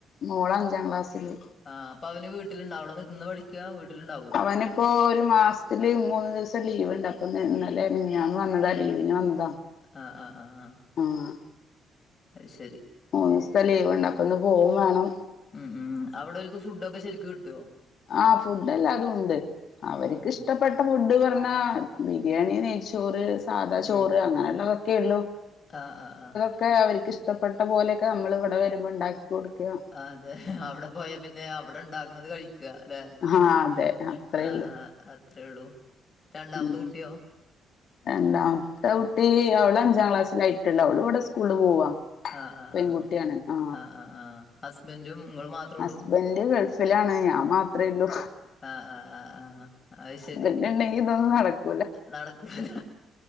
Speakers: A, on the left; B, on the left.
A: മോള് അഞ്ചാം ക്ലാസ്സില്
B: ആഹ് അപ്പ അവന് വീട്ടിലണ്ട അവിടെ നിന്ന് പഠിക്കുക വീട്ടിലുണ്ടാവോ
A: അവനിപ്പോ ഒരു മാസത്തില് മൂന്ന് ദിവസം ലീവ്ണ്ട് അപ്പൊ ഇന്നലെ മിനിഞ്ഞാന്ന് വന്നതാ ലീവിന് വന്ന
B: ആഹ് ആഹ് ആഹ്
A: മ്മ്
B: അയ് ശരി
A: മൂന്ന് ദിവസ്ത്തെ ലീവുണ്ട് അപ്പൊ ഇന്ന് പോകും വേണം
B: ഉം ഉം അവിടെ ഒരുക്ക് ഫുഡൊക്കെ ശെരിക്ക് കിട്ടുവോ
A: ആഹ് ഫുഡ് എല്ലാതും ഉണ്ട്
B: ഉം
A: അവര്ക്ക്
B: ഉം ഉം
A: ഇഷ്ടപ്പെട്ട ഫുഡ് പറഞ്ഞാ ബിരിയാണി നെയ്ച്ചോറ് സാദാ ചോറ്
B: ഉം
A: അങ്ങനെയുള്ളതൊക്കെ ഉള്ളു
B: ആഹ് ആഹ് ആഹ്
A: ഒക്കെ അവർക്ക് ഇഷ്ടപ്പെട്ട പോലെയൊക്കെ നമ്മൾ ഇവിടെ വരുമ്പോ ഇണ്ടാക്കി കൊടുക്കുക
B: അതെ അവിടെ പോയാ പിന്നെ അവിടെ ഇണ്ടാക്കണുന്നത് കഴിക്കുക അല്ലെ
A: ആ അതെ അത്രേ
B: ആഹ്
A: ഉള്ളൂ
B: ആഹ് അത്രേയുള്ളൂ രണ്ടാമത്
A: ഉം
B: കുട്ടിയോ
A: രണ്ടാമത്തെ കുട്ടി അവള് അഞ്ചാം ക്ലാസ്സിലായിട്ടുള്ള അവള് ഇവിടെ സ്കൂള്ൽ പോവാ
B: ആഹ് ആഹ്
A: പെൺകുട്ടിയാണ്
B: ആഹ്
A: ആ
B: ആഹ് ആഹ് ആഹ് ഹസ് ബെന്റും ഇങ്ങളും മാത്രേ ഉള്ളൂ
A: ഹസ്ബൻഡ് ഗൾഫിലാണ് ഞാൻ മാത്രേ ഉള്ളൂ
B: ആഹ് ആഹ് ആഹ് ആഹ് അയ്ശരി
A: <unintelligible> ണ്ടെങ്കിൽ ഇതൊന്ന് നടക്കും
B: നടക്കൂല